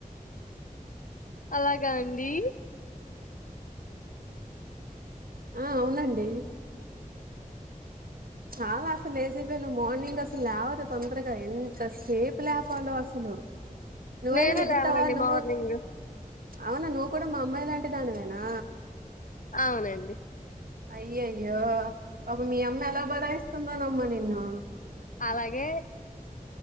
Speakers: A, on the left; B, on the right.
A: అలాగా అండి
B: ఆ అవునండి చాలా అసలు లేజీఫెలో మార్నింగ్ అసలు లేవదు తొందరగా ఎంతసేపు లేపాలో అసలు నువ్వైనా
A: నేను
B: లెగుతావా
A: లేవనండి
B: నువ్వు
A: మార్నింగ్
B: అవునా నువ్వు కూడా మా అమ్మాయి లాంటి దానివేనా
A: అవునండి
B: అయ్యయో పాపం మీ అమ్మ ఎలా భరా ఇస్తుందోనమ్మ నిన్ను
A: అలాగే